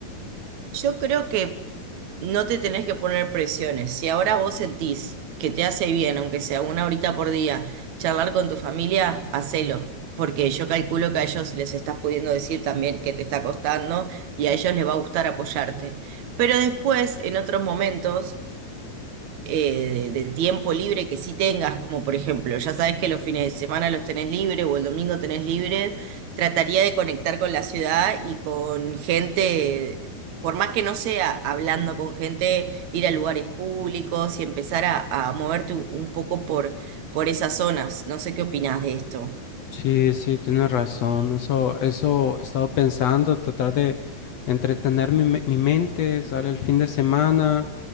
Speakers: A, on the right; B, on the left.
A: Yo creo que no te tenés que poner presiones. Si ahora vos sentís que te hace bien, aunque sea una horita por día, charlar con tu familia, hacelo. Porque yo calculo que a ellos les estás pudiendo decir también que te está costando y a ellos les va a gustar apoyarte. Pero después, en otros momentos eh, de, de tiempo libre que sí tengas, como por ejemplo, ya sabes que los fines de semana los tenés libre o el domingo tenés libre, trataría de conectar con la ciudad y con gente, por más que no sea hablando con gente, ir a lugares públicos y empezar a, a moverte un un poco por, por esas zonas. No sé qué opinás de esto.
B: Sí, sí, tienes razón. Eso, eso he estado pensando, tratar de entretener mi, me- mi mente, sale el fin de semana.